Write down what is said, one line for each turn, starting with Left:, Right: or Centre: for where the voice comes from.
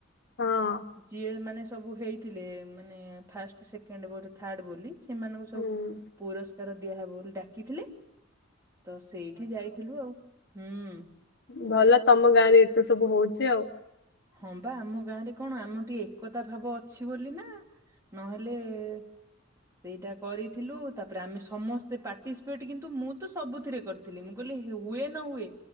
Left: ହଁ
Right: ଯିଏ ମାନେ ସବୁ ହେଇଥିଲେ ମାନେ ଫାଷ୍ଟ୍, ସେକେଣ୍ଡ୍ ବୋର୍ ଥାର୍ଡ଼ ବୋଲି ସେମାନଙ୍କୁ ସବୁ
Left: ହୁଁ
Right: ପୁରସ୍କାର ଦିଆହବ ବୋଲି ଡାକିଥିଲେ। ତ ସେଇଠି ଯାଇଥିଲୁ ଆଉ ହୁଁ।
Left: ଭଲ ତମ ଗାଁରେ ଏତେ ସବୁ ହଉଛି ଆଉ
Right: ହଁ, ବା ଆମ ଗାଁରେ କଣ ଆମ ଟିକେ ଏକତା ଭାବ ଅଛି ବୋଲି ନାଁ ନହେଲେ ସେଇଟା କରିଥିଲୁ ତାପରେ ଆମେ ସମସ୍ତେ ପାଟିସିପେଟ୍ କିନ୍ତୁ ମୁଁ ତ ସବୁଥିରେ କରିଥିଲି ମୁଁ କହିଲି କି ସି ହୁଏ ନ ହୁଏ